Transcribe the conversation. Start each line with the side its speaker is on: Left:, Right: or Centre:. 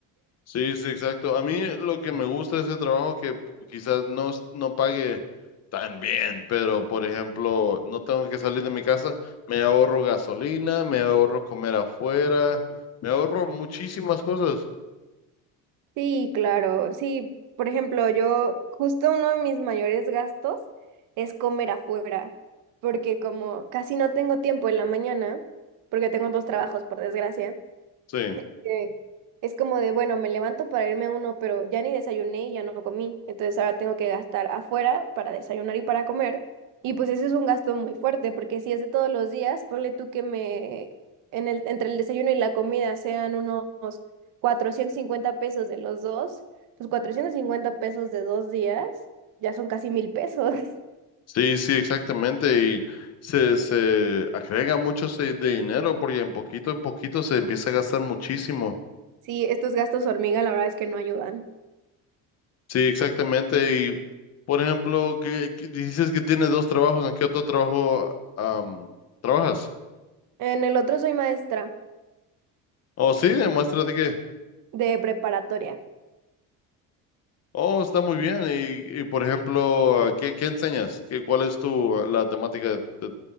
Left: Sí, sí, exacto. A mí lo que me gusta de ese trabajo que p- quizás no, es- no pague tan bien, pero por ejemplo, no tengo que salir de mi casa, me ahorro gasolina, me ahorro comer afuera, me ahorro muchísimas cosas.
Right: Sí, claro, sí. Por ejemplo, yo justo uno de mis mayores gastos es comer afuera, porque como casi no tengo tiempo en la mañana, porque tengo dos trabajos, por desgracia.
Left: Sí,
Right: que es como de, bueno, me levanto para irme a uno, pero ya ni desayuné y ya no comí, entonces ahora tengo que gastar afuera para desayunar y para comer, y pues ese es un gasto muy fuerte, porque si es de todos los días, ponle tú que me, en el, entre el desayuno y la comida sean unos 450 pesos de los dos, pues 450 pesos de dos días ya son casi mil pesos. <laughs>
Left: sí, sí, exactamente. Y se, se agrega mucho ese de dinero porque en poquito en poquito se empieza a gastar muchísimo.
Right: Sí, estos gastos hormiga la verdad es que no ayudan.
Left: Sí, exactamente. Y, por ejemplo, que, que dices que tienes dos trabajos, ¿en qué otro trabajo am, trabajas?
Right: En el otro soy maestra
Left: Oh, sí, demuéstrate que.
Right: de preparatoria.
Left: Oh, está muy bien. Y, y, por ejemplo, ¿qué, qué enseñas? ¿Qué, cuál es tu, la temática de- de- que